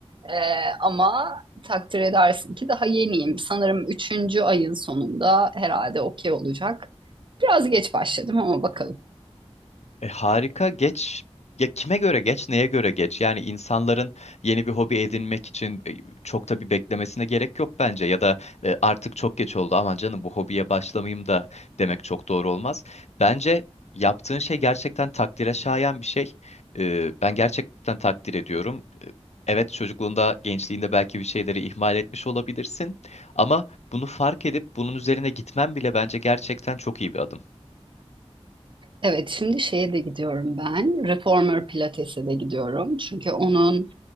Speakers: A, on the right; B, on the left.
A: Ee, ama takdir edersin ki daha yeniyim. Sanırım üçüncü ayın sonunda herhalde okey olacak. Biraz geç başladım ama bakalım.
B: E, harika geç ya kime göre geç neye göre geç yani insanların yeni bir hobi edinmek için e, çok da bir beklemesine gerek yok bence ya da e, artık çok geç oldu aman canım bu hobiye başlamayayım da demek çok doğru olmaz. Bence yaptığın şey gerçekten takdire şayan bir şey. E, ben gerçekten takdir ediyorum. E, Evet çocukluğunda, gençliğinde belki bir şeyleri ihmal etmiş olabilirsin ama bunu fark edip bunun üzerine gitmen bile bence gerçekten çok iyi bir adım.
A: Evet, şimdi şeye de gidiyorum ben. Reformer Pilates'e de gidiyorum. Çünkü onun